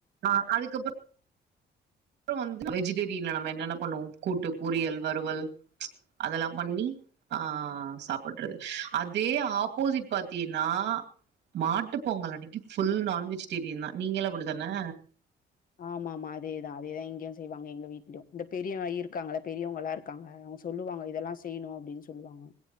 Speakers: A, on the right; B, on the left.
A: ஆ அதுக்கப்புறோ அப்றோ வந்து வெஜிடேரியன்ல நம்ம என்னென்ன பண்ணுவோ கூட்டு பொரியல் வறுவல் அதெல்லா பண்ணி ஆ சாப்பிட்றது அதே ஆப்போசிட் பாத்தீன்னா மாட்டுப் பொங்கல் அன்னிக்கு ஃபுல் நான்வெஜிடேரியன் தா நீங்களு அப்டிதான
B: ஆமாமாம்மா அதேதா அதேதா இங்கயு செய்வாங்க எங்க வீட்லயு இந்த பெரியவ இருக்காங்கள்ல பெரியவங்களா இருக்கு காங்க அவங்க சொல்லுவாங்க இதெல்லா செய்யனு அப்டின்னு சொல்லுவாங்க